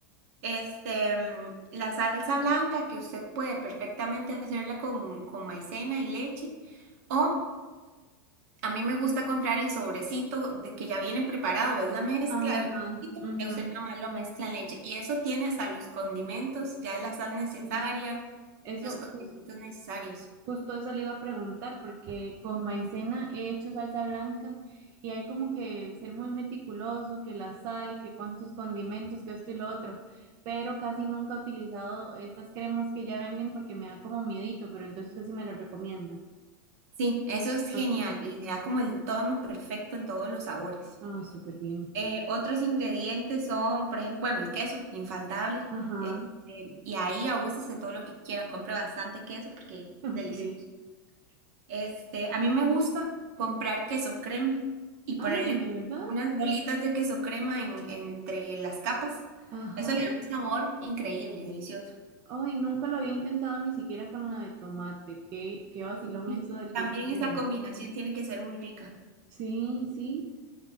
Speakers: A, on the right; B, on the right.
A: este, mm, la salsa blanca que usted puede perfectamente hacerla con, con maicena y leche. o A mí me gusta comprar el sobrecito de que ya viene preparado, es la mezcla
B: Ajá,
A: del poquito,
B: ujú.
A: que usted nada más lo mezcla en leche. Y eso tiene hasta los condimentos, ya la sal necesaria,
B: Eh, Eso,
A: los condimentos
B: pues,
A: necesarios.
B: justo eso le iba a preguntar, porque con maicena he hecho salsa blanca y hay como que ser muy meticuloso, que la sal, que cuántos condimentos, que esto y lo otro. Pero casi nunca he utilizado estas cremas que ya venden porque me da como miedito, pero entonces usted sí me las recomienda.
A: Sí, eso es genial
B: Ok.
A: y le da como el tono perfecto en todos los sabores.
B: Ay, súper bien.
A: Eh, otros ingredientes son, por ejemplo, bueno, el queso, infaltable.
B: Ajá.
A: este, y ahí abúsese todo lo que quiera, compre bastante queso porque es
B: <laughs> Ok.
A: delicioso. Este, a mí me gusta comprar queso crema y
B: Ay,
A: ponerle
B: ¿de
A: como
B: verdad?
A: unas bolitas de queso crema en- entre las capas.
B: Ajá.
A: Eso le da un sabor increíble, delicioso.
B: Ay, nunca lo había intentado ni siquiera con la de tomate. Qué, qué vacilón
A: Y
B: eso del queso
A: también
B: crema.
A: esa combinación tiene que ser muy rica.
B: Sí, sí.